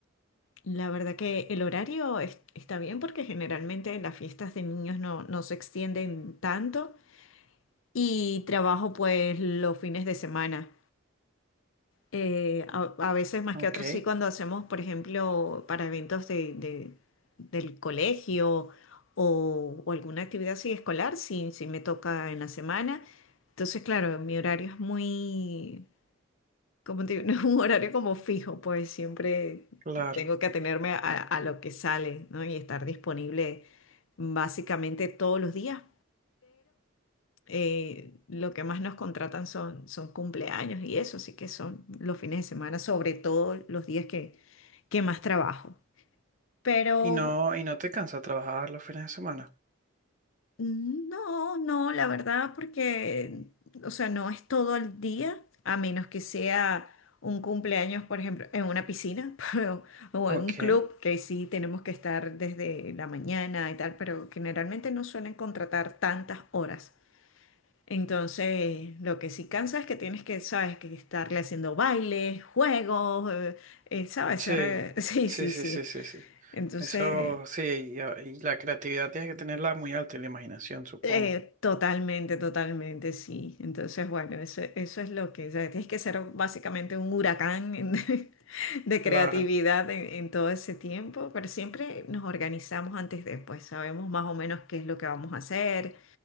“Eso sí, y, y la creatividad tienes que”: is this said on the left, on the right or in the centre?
Right